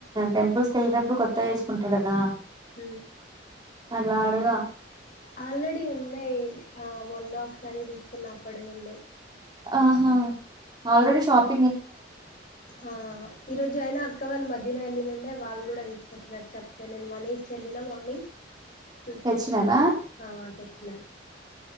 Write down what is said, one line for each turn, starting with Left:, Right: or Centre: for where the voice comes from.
Right: టెంపుల్స్ క వెళ్ళటప్పుడు కొత్తగా చేసుకుంటారు కదా
Left: హ
Right: అలా అడగా
Left: ఆల్రెడి ఉన్నాయ్ ఆ మొన్న ఒకసారి తీసుకున్న అప్పటి ఉంది
Right: ఆహా ఆల్్రెడీ షాప్
Left: ఆ ఈరోజు అయినా అక్క వాళ్ళ మధ్య దిన వెళ్ళి నుండే వాళ్ళు కూడా తీసుకొచ్చినారు చెప్తే నేను మనీ ఇచ్చి వెళ్ళిన మార్నింగ్ తీసుకొచ్చినారు
Right: తెచ్చినారా
Left: ఆ తెచ్చిన